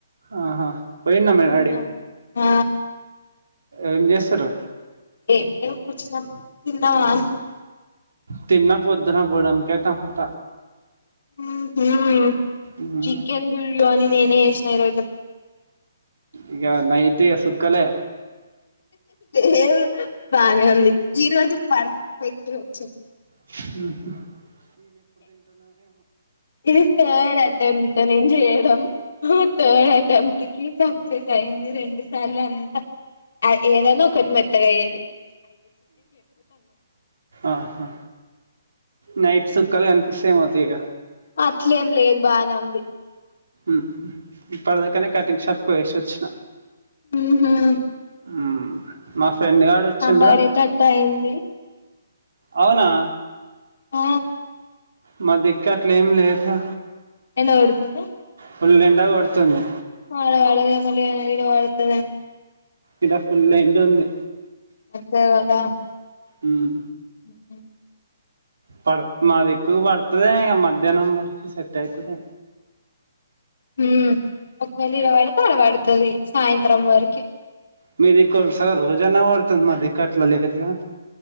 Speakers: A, on the right (about 80°); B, on the left (about 70°).
A: ఆహా పోయిండా మీ
B: తిన్నావా
A: డాడీ
B: ఆ
A: ఏం చేస్తారు
B: ఏ ఏ <unintelligible> పచ్చ క వ
A: తిన్న పొద్దున్న బుడం కాయ టమాట
B: హు హమ్
A: ఉమ్.
B: చికెన్ బిర్యాని నేనే చేసినా ఈరోజు
A: ఇగ నైట్ ఇగ సుక్కలే
B: లేదు బానే ఉంది ఈ రోజు పర్ఫెక్ట్గా వచ్చిందీ
A: ఆహా
B: ఇది థర్డ్ అటెంప్ట్ నేను జేయ డం ఆ థర్డ్ అటెంప్ట్ కి అయింది రెండు సార్లు అంతా ఏదనా ఒకటి మెత్తగా అయేది
A: ఆహా నైట్ చుక్కలు కనిపిస్త యి ఏమతు ఇక
B: అట్లేం లేదు బానే ఉంది
A: ఆహా ఇప్పటి దాకా నే కటింగ్ షాప్ కి పోయేసి వచ్చిన
B: హు హమ్
A: ఆ మా ఫ్రెండ్ గాడు వచ్చిండ
B: పడేటట్టు అయింది
A: అవునా
B: ఆ
A: మా దిక్కు అట్లే ఏం లేదు గా
B: ఎండ కొడుతుందా
A: పుల్ ఎండ కొడుతుంది
B: వాళ వాళగా మళ ఇడ వాళతద <unintelligible>
A: ఇడ ఫుల్ ఎండ వుంది
B: అదేదదా <unintelligible>
A: ఉం
B: ఉ
A: పడ మా దిక్కు పడుతుంది ఇక మధ్యాహ్నం వరకి సెట్ అయితది
B: ఉ ఒకవేళ ఇడపడితే అడతది సాయంత్రం వరకి
A: మీది కొరసగా రోజన్న పడుతుంది మాది ఇక్కట్లో లేదుగా